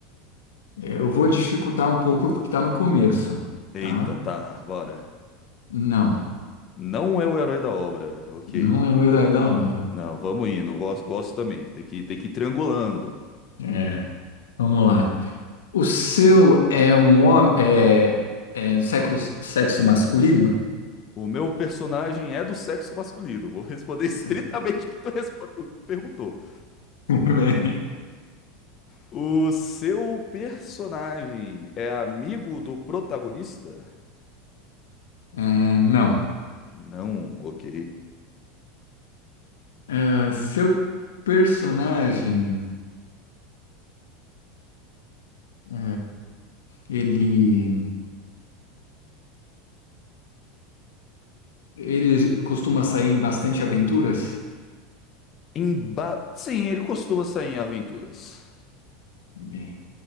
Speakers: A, on the left; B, on the left.
A: eu vou dificultar um pouco porque tá no começo,
B: Eita,
A: tá?
B: tá, bora.
A: Não,
B: Não é o herói da obra, ok.
A: não é o herói da hora.
B: Não, vamos indo, gosto, gosto também. Tem que, tem que ir triangulando.
A: É, vamos lá. O seu é um homem, é, é do século, sexo masculino?
B: O meu personagem é do sexo masculino. Vou responder
A: Nossa,
B: <laughs> estritamente o que tu, respo- o que tu perguntou.
A: <laughs> muito bem.
B: O seu personagem é amigo do protagonista?
A: É, não.
B: Não, ok.
A: É, seu personagem, é, ele, ele costuma sair em bastante aventuras?
B: Emba... Sim, ele costuma sair em aventuras.
A: Bem.